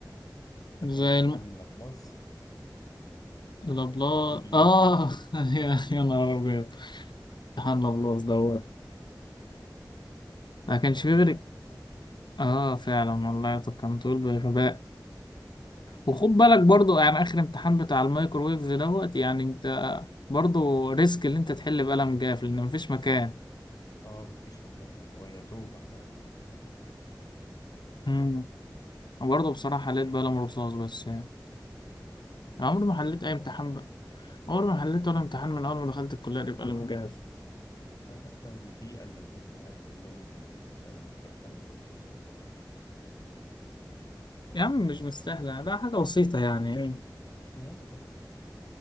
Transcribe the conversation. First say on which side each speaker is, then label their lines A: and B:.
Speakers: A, on the left; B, on the left.
A: فاكر
B: زي
A: امتحان
B: الم...
A: لابلاس
B: الابلاط
A: ودي ايه
B: اه <laughs> يا يا نهار ابيض امتحان الابلاط دوت ما
A: كان
B: كانش
A: طويل
B: فيه غير
A: اوي والله
B: اه فعلا والله طب كان طول بغباء وخد بالك برضو يعني اخر امتحان بتاع الميكروويفز دوت يعني انت برضو ريسك اللي انت تحل بقلم جاف لان مفيش مكان
A: اه مفيش مكان يعني هو يا دوب على قد اللي هتكتبه
B: امم برضه بصراحه حليت بقلم رصاص بس يعني
A: لا لا
B: عمري
A: هو لازم
B: ما حليت
A: تحل
B: اي امتحان
A: بقلم رصاص
B: عمري ما حليت ولا امتحان من أول ما دخلت الكلية دي بقلم مجهز
A: ده حتى البيئة اللي الدكتور قال حلوه بالقلم كيف حل دور رصاص
B: يا عم مش مستاهلة بقى حاجة بسيطة يعني
A: لا لا